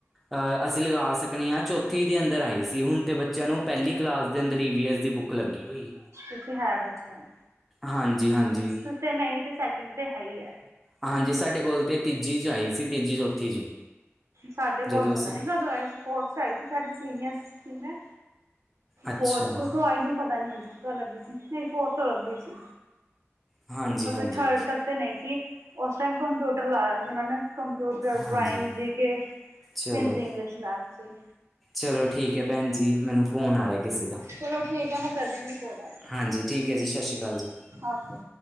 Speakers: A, in the centre; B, on the right.
A: ਅ ਅਸੀਂ ਲਗਾ ਸਕਨੇ ਆ, ਚੌਥੀ ਦੇ ਅੰਦਰ ਆਈ ਸੀ। ਹੁਣ ਤੇ ਬੱਚਿਆਂ ਨੂੰ ਪਹਿਲੀ ਕਲਾਸ ਦੇ ਅੰਦਰ ਹੀ ਈ ਵੀ ਐਸ ਦੀ ਬੁੱਕ ਲੱਗੀ ਹੋਈ ਏ।
B: ਏ ਤੇ ਹੈ ਬੱਚਿਆ ਨੂੰ
A: ਹਾਂਜੀ, ਹਾਂਜੀ।
B: ਫੇਰ ਨ‌ਈ ਤੇ ਸੈਕਿੰਡ ਤੇ ਹੈ ਈ ਐ।
A: ਹਾਂਜੀ। ਸਾਡੇ ਕੋਲ ਤੇ ਤੀਜੀ ਚ ਆਈ ਸੀ। ਤੀਜੀ, ਚੌਥੀ ਚ
B: ਸਾਡੇ
A: ਜਦੋਂ
B: ਕੋਲ ਪਤਾ
A: ਅਸੀਂ
B: ਨੀ ਕਦੋ ਆਏ ਸੀ। ਫੌਰਥ ਚ ਆਈ ਸੀ। ਸਾਡੇ ਸੀਨੀਅਰ ਸੀ ਮੈ
A: ਅੱਛਾ,
B: ਫੌਰਥ ਤੋ ਆਈ ਸੀ, ਪਤਾ ਨੀ ਫਿਫਥ ਤੋ ਲੱਗੀ ਸੀ। ਨ‌ਈ, ਫੋਰ ਤੋ ਲੱਗੀ ਸੀ।
A: ਹਾਂਜੀ-ਹਾਂਜੀ,
B: ਕਿਉਕਿ ਥਰਡ ਤੱਕ ਤੇ ਨ‌ਈ ਸੀ। ਓਸ ਟਾਈਮ ਕੰਪਿਊਟਰ ਲਾਇਆ ਸੀ। ਓਨਾਂ ਨੇ ਕੰਪਿਊਟਰ,
A: ਹਾਂਜੀ
B: ਡਰਾਇੰਗ, ਜੀ ਕੇ,
A: ਚਲੋ,
B: ਹਿੰਦੀ, ਇੰਗਲਿਸ਼, ਮੈਥ ਸੀ।
A: ਚਲੋ, ਠੀਕ ਐ ਭੈਣ ਜੀ। ਮੈਨੂੰ ਫੋਨ ਆ ਰਿਹਾ ਕਿਸੇ ਦਾ
B: ਚਲੋ, ਠੀਕ ਆ। ਮੈਂ ਕਰਦੀ ਮੇਰੀ ਕੋਲ ਆ ਗਈ।
A: ਹਾਂਜੀ ਠੀਕ ਐ ਜੀ ਸਤਿ ਸ਼੍ਰੀ ਅਕਾਲ ਜੀ।
B: ਓਕੇ